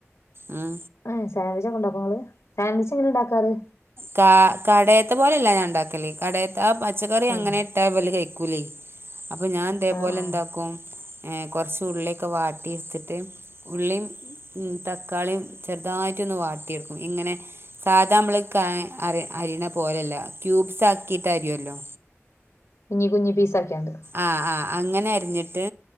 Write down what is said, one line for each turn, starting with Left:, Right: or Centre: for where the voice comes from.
Right: ഉം
Left: അ സൻഡ്ച്ച് ഒക്കെ ഇണ്ടാക്കോ നങ്ങള് സൻവിച്ച് എങ്ങനെ ഇണ്ടാക്കാറ്
Right: കാ കടേത്തെ പോലെല്ല ഞാൻ ഇണ്ടാക്കല് കടയത്തെ ആഹ് പച്ചക്കറി
Left: ഉം
Right: അങ്ങനെ ഇട്ടാ വല് കഴിക്കൂലേ അപ്പൊ ഞാൻ ഇതേപോലെ
Left: ആഹ് ആഹ്
Right: എന്താക്കും കൊറച്ച് ഉള്ളിക്കെ വാട്ടിട്ത്തിട്ട് ഉള്ളിയും തക്കാളിയും ചെറുതായിട്ട് ഒന്ന് വാട്ടിയെടുക്കും ഇങ്ങനെ സാധാ നമ്മള് ക അറി അരിയണ പോലെയല്ല ക്യൂബ്സ് ആക്കിട്ട് അരിയല്ലോ
Left: കുഞ്ഞി കുഞ്ഞി പീസാക്കിയണ്ട്
Right: ആഹ് ആഹ് അങ്ങനെ അരിഞ്ഞിട്ട്